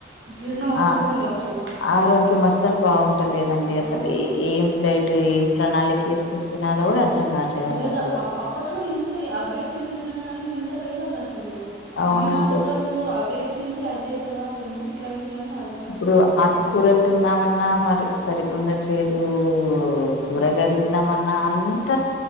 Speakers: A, on the right (about 65°); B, on the left (about 85°).
A: జీర్ణం అవుతలేదండి
B: ఆ
A: అసలు
B: ఆరోగ్యం అసలు బాగుంటలేదండి అసలు
A: ఆ
B: ఏం డైట్ ఏం ప్రణాళిక వేసుకుని తినాలో కూడా అర్థం కావట్లేదండి
A: లేదా
B: అసలు
A: అప్ అప్పట్లో ఇంత అవే తిండి తిన కాని ఇంత లేదండి అసలు
B: అవునండి
A: ఈ మధ్యకాలంలో అవే తిండి అదే కదా ఎందుకు ఇట్లా అవుతుందని అర్థ
B: ఇప్పుడు ఆకుకూరలు తిందామన్నా మరి సరిగ ఉండట్లేదు ఇ కూరగాయాలు తిందమన్నా అంత